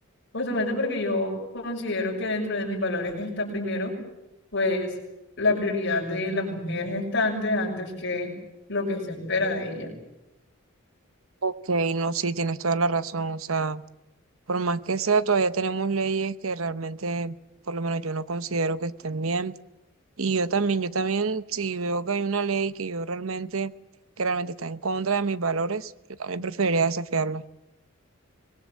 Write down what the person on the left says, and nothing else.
justamente porque yo considero que dentro de mis valores está primero, pues, la prioridad de la mujer gestante antes que lo que se espera de ella.